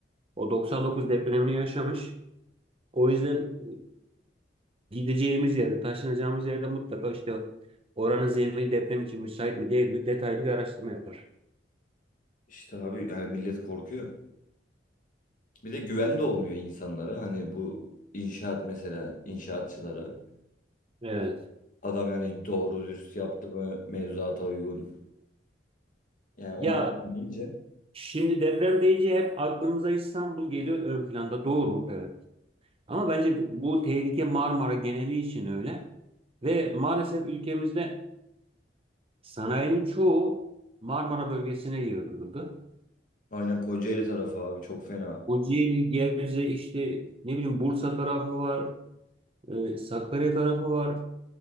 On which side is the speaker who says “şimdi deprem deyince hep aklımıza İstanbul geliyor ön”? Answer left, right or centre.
Right